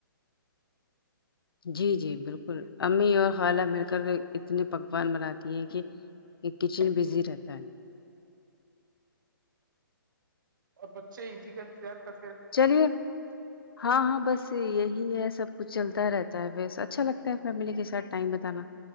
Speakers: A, on the left; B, on the right.
A: جی جی بالکل امی اور خالہ مل کر اتنے پکوان بناتی ہیں کہ ایک کچن بزی رہتا ہے
B: اور بچے عیدی کا انتظار کر
A: چلیے ہاں ہاں بس یہی ہے سب کچھ چلتا رہتا ہے بس اچھا لگتا ہے فیملی کے ساتھ ٹائم بتانا